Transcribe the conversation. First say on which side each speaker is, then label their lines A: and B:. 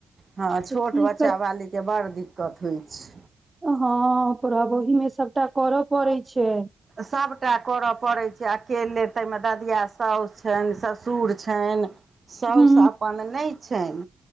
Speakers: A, on the right; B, on the right.
A: हँ छोट
B: तऽ की
A: बच्चा
B: कर
A: बाली के बड़ दिक्कत होइ छै।
B: हँ पर ओहि मे सभटा कर पड़ै छै।
A: सभटा कर पड़ैत छै, अकेले तहि मे ददिया सासु छैन ससुर छैन। साउस
B: हूँ
A: अपन नय छैन